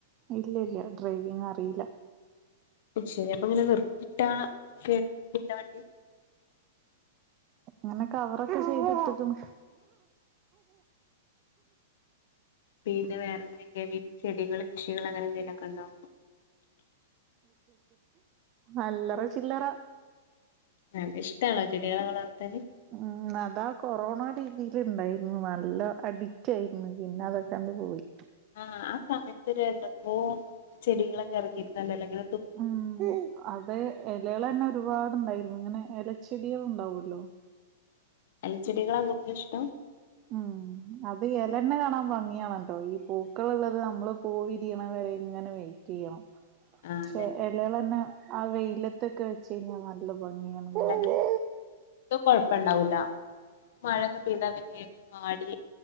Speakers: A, on the right; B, on the left.
A: ഇല്ല ഇല്ല ഡ്രൈവിങ് അറിയില്ല.
B: ശരി അപ്പൊ ഇങ്ങനെ നിർത്തിയിട്ടാ കേടാകില്ലെ വണ്ടി.
A: അങ്ങനെ കവറൊക്കെ ചെയ്തിട്ട് കുണു.
B: പിന്നെ വേറെ എന്തൊക്കെയെ ചെടികൾ കൃഷികൾ അങ്ങനെ എന്തെങ്കലുമൊക്കെ ഉണ്ടോ.
A: അല്ലറ ചില്ലറ.
B: ആ ന്നട്ട് ഇഷ്ടാണോ ചെടികളെ വളർത്തല്.
A: ഉം അതാ കൊറോണൊടെ ഇതിൽ ഇണ്ടായിന്നു നല്ല അഡിക്റ്റ് ആയിരുന്നു പിന്നെ അതൊക്കണ്ട് പോയി.
B: ആഹ് ആ സമയത്ത് ഒരെ എന്തൊക്കോ ചെടികളൊക്കെ ഇറങ്ങിയിരുന്നല്ലോ ലെ ഇങ്ങനെ തു
A: ഉം അത് എലകളെന്നെ ഒരുപാട്ണ്ടായിരുന്നു ഇങ്ങനെ എലച്ചെടിയെള് ഉണ്ടാവല്ലോ.
B: എലച്ചെടികളാ കൂടുതല് ഇഷ്ടം.
A: ഉം അത് എലന്നേ കാണാൻ ഭംഗിയാണല്ലോ ഈ പൂക്കള് ഇള്ളത് നമ്മള് പൂവിരിയണെ വരെ ഇങ്ങനെ വെയിറ്റ് എയ്യണം
B: ആഹ്
A: ക്ഷെ
B: അതെ
A: എ ലയാളെന്നെ ആ വെയിലത്തൊക്കെ വെച് കഴിഞ്ഞാ നല്ല ഭംഗിയാണ്. കാണാൻ
B: ലകൾ ത് കൊഴപ്പണ്ടാവൂല മഴൊക്കെ പെയ്താ വേം വാടി